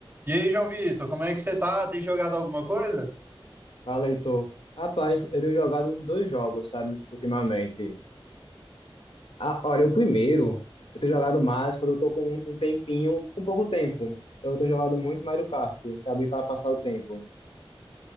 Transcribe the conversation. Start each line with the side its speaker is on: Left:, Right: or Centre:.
Right: E aí, João Vitor, como é que você tá? Tem jogado alguma coisa?
Left: Fala, Heitor. Rapaz, eu tenho jogado uns dois jogos, sabe, ultimamente. Ah, olha, o primeiro, eu tenho jogado mais quando eu tô com um tempinho, com pouco tempo. Eu tenho jogado muito Mario Kart, sabe, para passar o tempo.